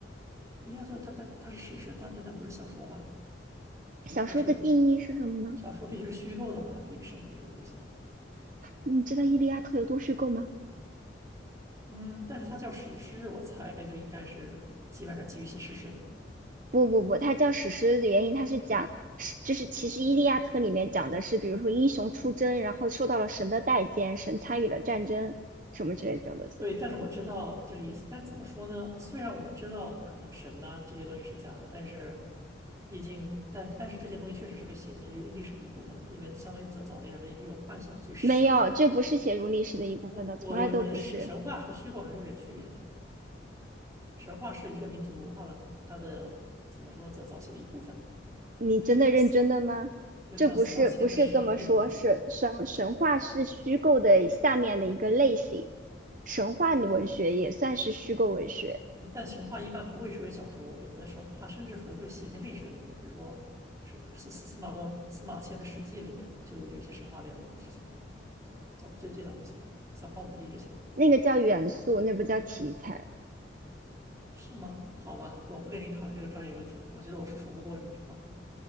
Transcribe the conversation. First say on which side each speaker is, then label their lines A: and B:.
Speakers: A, on the right; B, on the right.
A: 《伊利亚特》它它它是史诗，但但它不是小说吧？
B: 小说的定义是什么呢？
A: 它是小说必须是虚构的吧，fiction 这种类型。
B: 你知道伊利亚特有多虚构吗？
A: 嗯，但是它叫史诗，我猜就应该是基本上基于一些事实
B: 不不不，它叫史诗的原因，它是讲是就是其实伊利亚特里面讲的是，比如说英雄出征，然后受到了神的待见，神参与了战争什么之类的这种东西。
A: 对，但是我知道这个意思。但是怎么说呢？虽然我们知道可能神呐、这些东西是假的，但是毕竟，但但是这些东西确实是被写进历历史的一部分的，因为相当于早早年人们的一种幻想。所以神，
B: 没有，这不是写入历史的一部分的，
A: 我我我我觉得神神话和虚构还是有点区别的。
B: 从来都不是。
A: 神话是一个民族文化的它的怎么说呢？早早期的一部分，
B: 你真的认真的吗？
A: 就像司就像司马迁的《史记》里面，
B: 这不是不是这么说，神神神话是虚构的下面的一个类型，
A: 嗯。
B: 神话文学也算是虚构文学，
A: 嗯但神话一般不会写为小说，有可能神话甚至可能会写进历史里面，比如说是是司司马光司马迁的《史记》里面就有一些神话内容的，之前的早早最最早那些三皇五帝这些
B: 那个叫元素，那不叫题材。
A: 是吗？好吧，我不跟你讨论这个专业问题了，我觉得我是说不过你这方面。